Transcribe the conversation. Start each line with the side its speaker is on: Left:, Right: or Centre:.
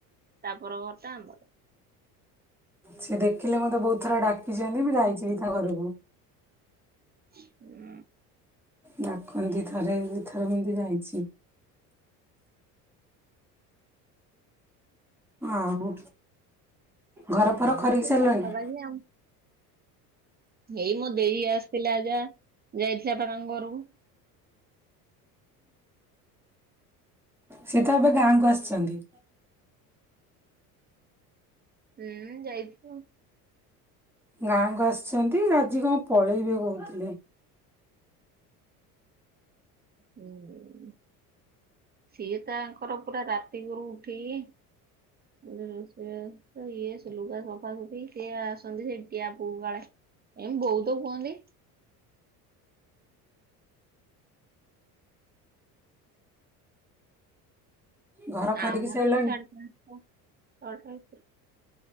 Right: ତାପର ଘରଟା ଆମର।
Centre: ସେ ଦେଖିଲେ ମତେ ବହୁତ ଥର ଡାକିଛନ୍ତି ମୁଁ ଯାଇଛିି ବି ତା ଘରକୁ।
Right: ହୁଁ
Centre: ଡାକନ୍ତି ଥରେ ଦି ଥରେ ଏମିତି ଯାଇଛି। ଆଉ ଘରଫର
Right: ହୁଁ
Centre: ଖରିକି
Right: ସେଇ
Centre: ସାରିଲଣି?
Right: ପାଖାପାଖି ଆଉ ଏଇ ମୋ ଦେଇ ଆସିଥିଲା ଯା ଯାଇଥିଲା ତା ତାଙ୍କ ଘରକୁ।
Centre: ସେ ତ ଏବେ ଗାଁକୁ ଆସିଛନ୍ତି।
Right: ହୁଁଉଉ ଯାଇଥିବ।
Centre: ଗାଁଆକୁ ଆସିଛନ୍ତି ଆଜି କଣ ପଳେଇବେ କହୁଥିଲେ।
Right: ହୁଁଉଉ ସିଏ ତାଙ୍କର ପୁରା ରାତିକରୁ ଉଠିକି ରୋଷେଇବାସ ଇଏ ଲୁଗା ସଫାସୁଫି ସିଏ ଆସନ୍ତି ସେଠି ଟ୍ୟାପକୁ କାଳେ ଏ ବୋଉ ତ କୁହନ୍ତି।
Centre: ଘର ଖରିକି
Right: ଆମର
Centre: ସାରିଲଣି
Right: ଏଠି ସାଢେ ପାଞ୍ଚଟା ଛଅଟା ଭିତରେ।